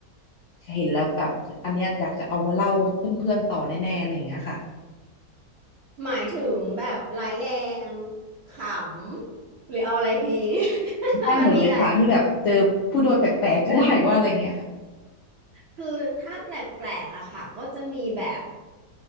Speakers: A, on the left; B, on the right.
A: เห็นแล้วแบบอันเนี้ยอยากจะเอามาเล่าเพื่อนๆต่อแน่ๆอะไรอย่างเงี้ยค่ะ
B: หมายถึงแบบร้ายแรงขำหรือเอาอะไรดี <laughs>
A: ได้หมดเลยค่ะที่แบบเจอผู้โดยแปลกๆก็ได้ว่าอะไรอย่างเงี้ยค่ะ
B: มันมีหลายคือถ้าแปลกๆอะค่ะก็จะมีแบบ